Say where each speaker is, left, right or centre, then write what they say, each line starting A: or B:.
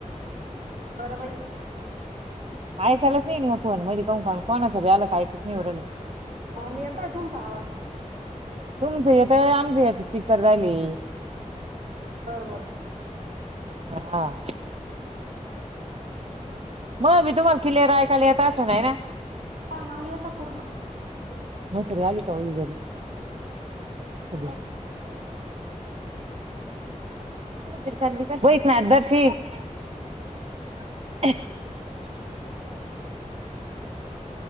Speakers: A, on the right (about 80°); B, on the right (about 50°).
A: बरं बाई.
B: <inaudible>
A: मला येतंय तुमचा आवाज.
B: तुमचं येतंय आमचं <unintelligible>
A: बरं बरं.
B: हां.. मग मी तुम्हाला क्लियर ऐकायला येत असंल हाय ना. -
A: हा मला येतं पूर्ण.
B: म्हातारी आली काहो ही घरी <inaudible> <inaudible> रिकामा ऑडिओ